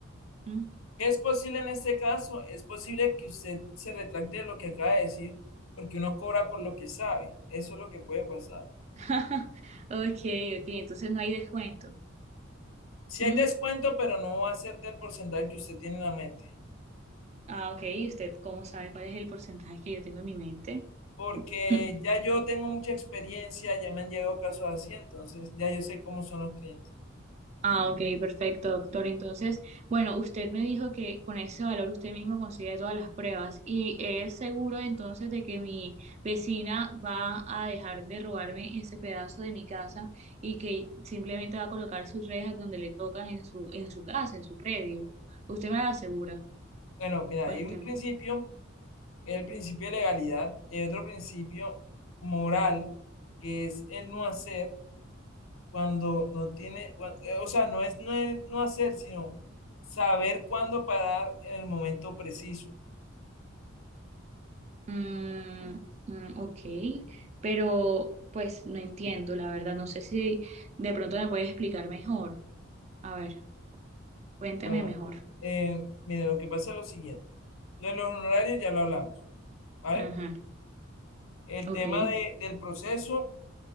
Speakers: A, on the right (about 35°); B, on the left (about 85°).
A: ¿Mm?
B: ¿Qué es posible en este caso? Es posible que usted se retracte de lo que acaba de decir, porque uno cobra por lo que sabe. Eso es lo que puede pasar.
A: <laughs> Ok, ok, entonces no hay descuento.
B: Si
A: ¿Mm?
B: hay descuento, pero no va a ser del porcentaje que usted tiene en la mente,
A: Ah, ok, ¿y usted cómo sabe cuál es el porcentaje que yo tengo en mi mente?
B: porque
A: <laughs>
B: ya yo tengo mucha experiencia, ya me han llegado casos así, entonces ya yo sé cómo son los clientes.
A: Ah, ok, perfecto, doctor. Entonces, bueno, usted me dijo que con ese valor usted mismo consigue todas las pruebas y es seguro entonces de que mi vecina va a dejar de robarme ese pedazo de mi casa y que simplemente va a colocar sus rejas donde le tocan en su, en su casa, en su predio. ¿Usted me lo asegura?
B: Bueno, mira,
A: Cuénteme.
B: hay un principio, el principio de legalidad, y hay otro principio moral, que es el no hacer. cuando no tiene, cua- eh, o sea, no es, no es no hacer, sino saber cuándo parar en el momento preciso.
A: Mm, mm, ok, pero pues no entiendo, la verdad, no sé si de pronto me puedes explicar mejor. A ver, cuénteme
B: Bueno,
A: mejor.
B: eh, mire, lo que pasa es lo siguiente. Lo de los honorarios ya lo hablamos, ¿vale?
A: Ujú,
B: El
A: Ok,
B: tema de- del proceso,